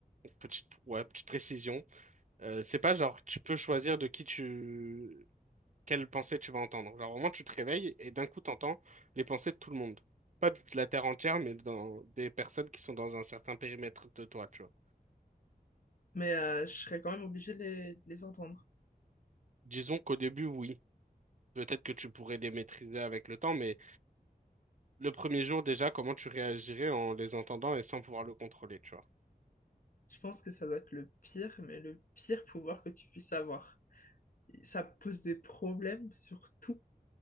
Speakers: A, on the right; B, on the left.
A: petite ouais petite précision, euh, c'est pas genre tu peux choisir de qui tu quelle pensée tu vas entendre. Genre vraiment tu te réveilles et d'un coup t'entends les pensées de tout le monde, pas de la terre entière, mais dans des personnes qui sont dans un certain périmètre de toi, tu vois.
B: Mais euh, je serais quand même obligée de les, de les entendre.
A: Disons qu'au début oui. Peut-être que tu pourrais les maîtriser avec le temps, mais le premier jour déjà, comment tu réagirais en les entendant et sans pouvoir le contrôler, tu vois?
B: Je pense que ça doit être le pire, mais le pire pouvoir que tu puisses avoir. Ça pose des problèmes sur tout.